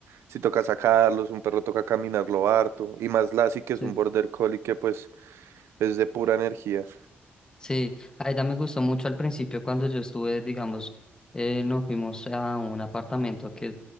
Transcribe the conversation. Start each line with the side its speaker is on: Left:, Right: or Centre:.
Right: si toca sacarlos, un perro toca caminarlo harto. Y más Lassie, que
Left: Sí.
Right: es un border collie que pues es de pura energía
Left: Sí, a ella me gustó mucho al principio cuando yo estuve, digamos, eh, nos fuimos a un apartamento que,